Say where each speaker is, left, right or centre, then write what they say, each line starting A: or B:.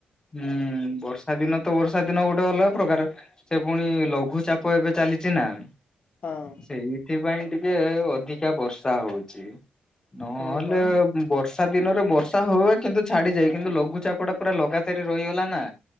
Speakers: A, on the left (about 20°); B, on the left (about 50°).
A: ହୁଁ ବର୍ଷା ଦିନ ତ ବର୍ଷା ଦିନ ଗୋଟେ ଅଲଗା ପ୍ରକାର। ସେ ପୁଣି ଲଘୁଚାପ ଏବେ ଚାଲିଛି ନା।
B: ହଁ।
A: ସେଇଥିପାଇଁ ଟିକେ ଅଧିକା ବର୍ଷା ହଉଚି, ନହେଲେ
B: ହଁ ପା
A: ବର୍ ବର୍ଷା ଦିନରେ ବର୍ଷା ହଉଏ କିନ୍ତୁ ଛାଡିଯାଏ କିନ୍ତୁ ଲଘୁଚାପ ଟା ପୁରା ଲଗାତାରି ରହିଗଲା ନା।